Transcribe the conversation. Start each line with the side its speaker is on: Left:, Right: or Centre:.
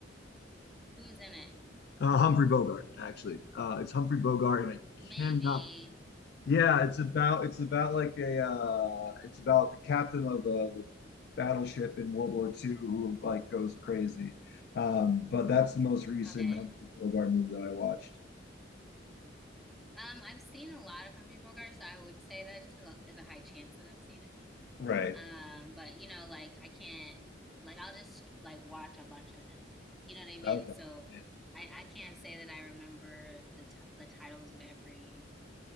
Centre: Who's in it?
Left: Uh, Humphrey Bogart, actually. Uh, it's Humphrey Bogart, and I cannot.
Centre: Maybe.
Left: Yeah, it's about it's about like a uh, it's about the captain of a, of a battleship in World War II who like goes crazy. Um, but that's the most recent
Centre: Okay.
Left: Humphrey Bogart movie that I watched.
Centre: Um, I've seen a lot of Humphrey Bogart, so I would say that just has a- there's a high chance that I've seen it.
Left: Right.
Centre: Um, but you know, like I can't like I'll just like watch a bunch of him. You know what I mean?
Left: Thousand.
Centre: So
Left: Yeah.
Centre: I I can't say that I remember the t the titles of every,